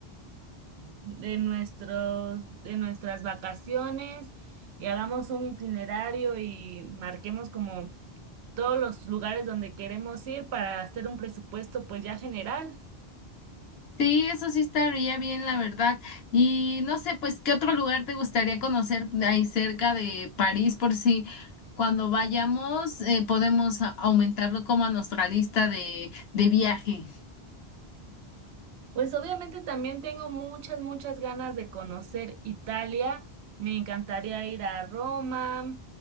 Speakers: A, on the right; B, on the left.
A: de nuestros, de nuestras vacaciones y hagamos un itinerario y marquemos como todos los lugares donde queremos ir para hacer un presupuesto pues ya general.
B: Sí, eso sí estaría bien, la verdad. Y no sé, pues, ¿qué otro lugar te gustaría conocer de ahí cerca de París? Por si cuando vayamos, eh, podemos a- aumentarlo como a nuestra lista de, de viaje.
A: Pues obviamente también tengo muchas, muchas ganas de conocer Italia. Me encantaría ir a Roma.